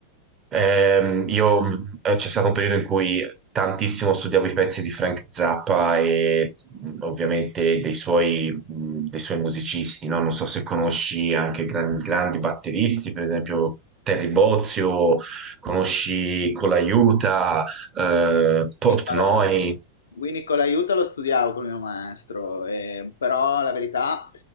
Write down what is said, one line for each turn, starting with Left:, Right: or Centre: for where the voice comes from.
Right: Ehm, io, mh, eh, c'è stato un periodo in cui tantissimo studiavo i pezzi di Frank Zappa e mh, ovviamente dei suoi, mh, dei suoi musicisti, no? Non so se conosci anche gran- grandi batteristi, per esempio Terry Bozzio, conosci Colaiuta, eh,
Left: Sì,
Right: Portnoy.
Left: Parla- Quindi con l'aiuto lo studiavo col mio maestro, eh, però la verità